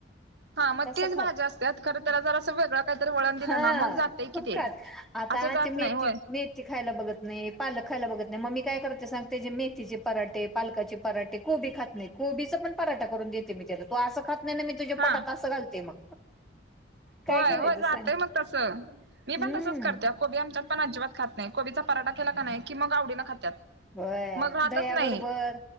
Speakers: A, on the right; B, in the centre.
A: हा, मग
B: तसं
A: तेच
B: खात
A: भाज्या असत्यात, खर तेला जरास काय तर वेगळं काहीतरी वळण दिलं
B: हा
A: ना मग जातय कि ते.
B: खात आता
A: असं जात
B: ते मेथी
A: नाही होय
B: -मेथी खायला बघत नाही, पालक खायला बघत नाही मग मी काय करते सांग? ते जे मेथीचे पराठे, पालकाचे पराठे कोबी खात नाही कोबीचा पण पराठा करून देते मी. तू असं खात नाही ना, मी तुझ्या
A: हा
B: पोटात असं घालते मग. काय
A: होय
B: करायचं
A: होय, जातय
B: सांग
A: मग तस. मी
B: हम्म
A: पण तसच करते, कोबी आमच्यात पण आजिबात खात नाहीत, कोबीचा पराठा केला का नाही की मग आवडीनं खात्यात.
B: होय
A: मग राहतच
B: दह्याबरोबर
A: नाही,